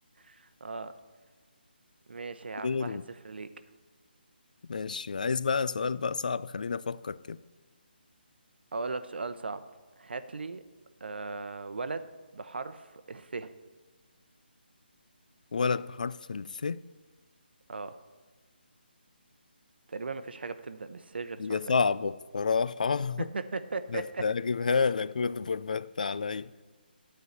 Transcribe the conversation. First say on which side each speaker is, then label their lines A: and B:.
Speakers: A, on the right; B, on the left.
A: <laughs> اه ماشي يا عم
B: غيره
A: واحد صفر ليك
B: ماشي عايز بقى سؤال بقى صعب خلينا افكر كده
A: اقول لك سؤال صعب هات لي آه ولد بحرف الث
B: ولد بحرف الف
A: اه تقريبا مفيش حاجه بتبدا بالث غير
B: هي
A: ثعبان
B: صعبة بصراحة <laughs>
A: <laughs>
B: بس هجيبها لك واصبر بس عليا